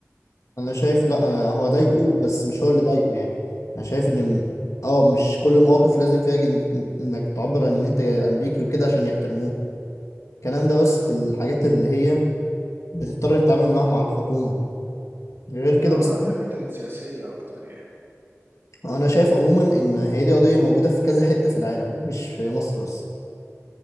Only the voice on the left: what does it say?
انا شايف لا انا هو ضايقه بس مش هو اللي ضايقه يعني انا شايف ان م- اه مش كل المواقف لازم فيها جن- انك تعبر عن ان انت امريكي وكده عشان يحترموك الكلام ده بس في الحاجات اللي هي بتضطر تتعامل معاها مع الحكومة غير
كده
بس
انا شايف عموما ان هي دي قضية موجودة في كذا حتة في العالم مش في مصر بس